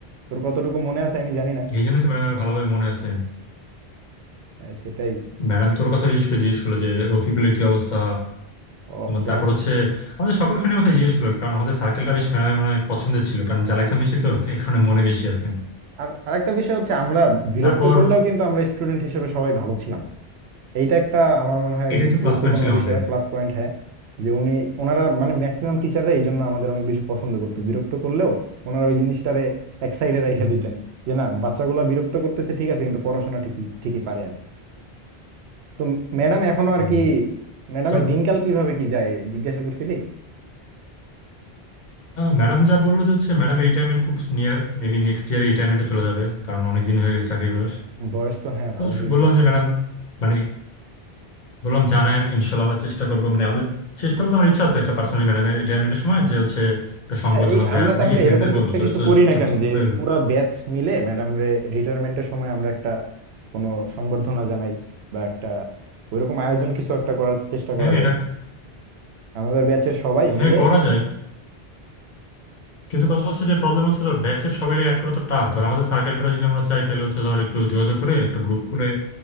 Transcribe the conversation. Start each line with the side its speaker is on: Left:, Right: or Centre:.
Right: তোর কতটুকু মনে আছে আমি জানি না
Left: এই জন্যই তো ম্যাডামের ভালোভাবে মনে আছে
Right: আহ, সেটাই
Left: ম্যাডাম তোর কথা বিশেষ করে জিজ্ঞেস করলো যে রফিকুলের কি অবস্থা
Right: ওহ
Left: তোমার
Right: যাক
Left: তারপর হচ্ছে আমাদের সকল ফ্রেন্ডের কথা জিজ্ঞেস করলো কারণ আমাদের সার্কেলটা বেশ ম্যাডামের মানে পছন্দের ছিল কারণ জ্বালাইতাম বেশি তো এই কারণে মনে বেশি আছে
Right: আর আরেকটা বিষয় হচ্ছে আমরা বিরক্ত
Left: তারপর
Right: করলেও কিন্তু আমরা স্টুডেন্ট হিসেবে সবাই ভালো ছিলাম এইটা একটা আমার মনে হয়
Left: এটাই তো প্লাস
Right: গুরুত্বপূর্ণ
Left: পয়েন্ট ছিল আমাদের
Right: বিষয় প্লাস পয়েন্ট হ্যাঁ যে উনি ওনারা মানে ম্যাক্সিমাম টিচাররা এই জন্য আমাদের অনেক বেশি পছন্দ করতো বিরক্ত করলেও ওনারা ওই জিনিসটারে এক সাইডে রাইখা
Left: উম,
Right: দিতেন যে না বাচ্চাগুলো বিরক্ত করতেছে ঠিক আছে কিন্তু পড়াশোনা ঠিকই ঠিকই পারে আর কি তো ম্যাডাম এখনো আর
Left: হ্যাঁ।
Right: কি ম্যাডামের
Left: তোর
Right: দিনকাল কিভাবে কি যায় জিজ্ঞাসা করছিলি
Left: ম্যাডাম যা বললো যে হচ্ছে ম্যাডামের রিটায়ারমেন্ট খুব নিয়ার মেবি নেক্সট ইয়ারে রিটায়ারমেন্টে চলে যাবে কারণ অনেক দিন হয়ে গেছে চাকরি বয়স
Right: বয়স তো হ্যাঁ
Left: তো
Right: ভালোই
Left: স-
Right: হয়েছে
Left: বললাম যে ম্যাডাম মানে বললাম জানায়েন ইনশাল্লাহ আমরা চেষ্টা করবো মানে আমাদের চেষ্টা বলতে আমার ইচ্ছা আছে একটা পার্সোনালি ম্যাডামের রিটায়ারমেন্টের সময় যে হচ্ছে একটা
Right: আচ্ছা
Left: সংবর্ধনা
Right: এই
Left: দেওয়ার
Right: আমরা তাহলে
Left: দেখি ফ্রেন্ডদের
Right: এরকম
Left: বলবো
Right: একটা
Left: তোর
Right: কিছু
Left: তো
Right: করি না
Left: তোর
Right: কেন
Left: তো
Right: যে
Left: বলে এলো
Right: পুরা ব্যাচ মিলে ম্যাডাম রে রিটায়ারমেন্টের সময় আমরা একটা কোনো সংবর্ধনা জানাই বা একটা ওইরকম আয়োজন কিছু একটা করার চেষ্টা
Left: হ্যাঁ
Right: করা যায়
Left: এটা
Right: কি? আমাদের ব্যাচের সবাই
Left: হ্যাঁ
Right: মিলে
Left: করা যায় কিন্তু কথা হচ্ছে যে প্রবলেম হচ্ছে ধর ব্যাচের সবাই অ্যাড করা তো টাফ ধর আমাদের সার্কেলটা যদি আমরা চাই তাহলে হচ্ছে ধর একটু যোগাযোগ করে একটা গ্রুপ খুলে